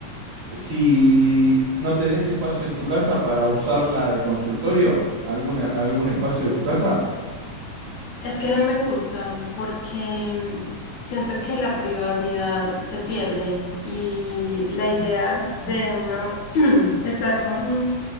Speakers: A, on the right (about 80°); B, on the left (about 70°).
A: si no tenés espacio en tu casa para usarla de consultorio, algún, algún espacio de tu casa.
B: Es que no me gusta porque mm, siento que la privacidad se pierde y la idea de uno <clears throat> estar con...